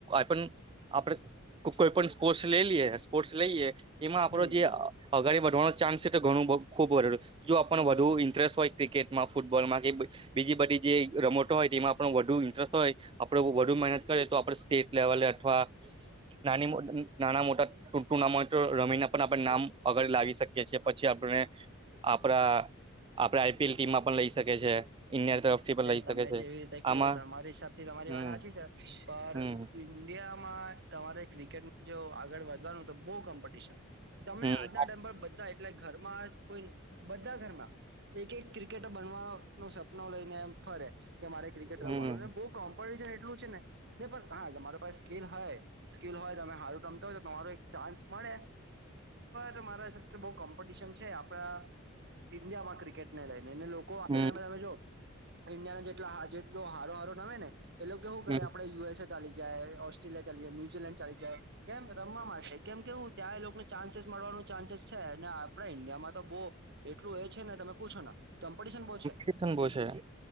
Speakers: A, on the right (about 25°); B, on the right (about 55°).
A: પણ આપડે કોઈ પણ સ્પોર્ટ્સ લઈલીએ સ્પોર્ટ્સ લઈએ એમાં આપડો
B: હમ
A: જે અગાડી વધવાનો ચાન્સ છે તો ઘણું ખુબ <unintelligible> જો આપણ વધુ ઇન્ટરેસ્ટ હોય ક્રિકેટમાં ફૂટબોલમાં કે બીજી બધી જે રમટો હોય તેમાં આપણો વધુ ઇન્ટરેસ્ટ હોય આપડે વધુ મહેનત કરીએ તો આપડે સ્ટેટ લેવલે અથવા નાની મો નાના મોટા ટુર્નામેન્ટ રમીને પણ આપણે નામ આગળ લાવી શકીએ છીએ પછી આપણે આપડા આપડા આઈપીએલ ટીમમાં પણ લઈ શકે છે ઇન્ડિયા તરફથી પણ લઈ શકે
B: તમે
A: છે
B: જેવી રીતે કેવો
A: આમાં
B: તમારી હિસાબ થી તમારી
A: હમ
B: વાત હાચી છે પણ
A: હમ
B: ઇન્ડિયામાં તમારે ક્રિકેટમાં જો આગળ વધવાનું તો બો કોમ્પિટિશન તમે
A: હમ
B: આજના ટાઈમ પર બધા એટલે ઘરમાં કોઈ બધા ઘરમાં એક એક ક્રિકેટર બનવાનું સપનું લઈને એમ ફરે કે મારે ક્રિકેટ
A: હમ
B: રમાવાને બહ કોમ્પિટિશન એટલું છે ને ની પણ હા મારો પાસે સ્કીલ હે સ્કીિલ હોય તમે સારું રમતા હોય તો તમારો એક ચાન્સ મળે તો મારા હિસાબથી બો કોમ્પિટિશન આપણા ઇન્ડિયામાં ક્રિકેટ ને લઈને એને લોકો આપ
A: હમ
B: ટમે તમે જો ઈન્ડિયાને જેટ જેટલો હારો હારો નવે ને એ લોકો શું
A: હમ
B: કરે આપડ યુએસએ ચાલી જ ઓસ્ટ્રેલિયા ચાલી જાય ન્યુઝીલેન્ડ ચા જાય કેમ રમવા માટે કેમ કેવું ત્યાં એ લોકોને ચાન્સીસ મળવાનું ચાન્સીસ છે ને આપણા ઈન્ડિયામાં તો બહુ એટલું એ છે ને તમે પૂછો ને કોમ્પિટિશન બહુ છે
A: ન બસે